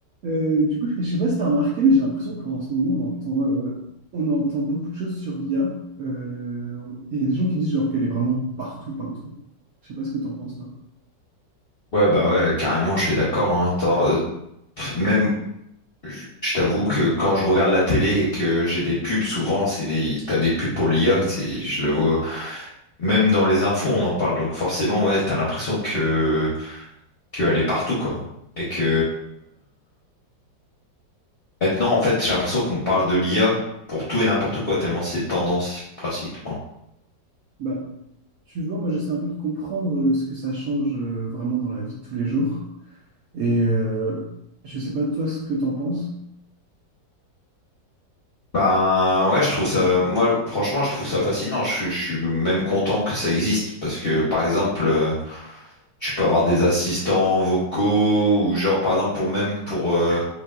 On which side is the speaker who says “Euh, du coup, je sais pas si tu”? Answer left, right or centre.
Right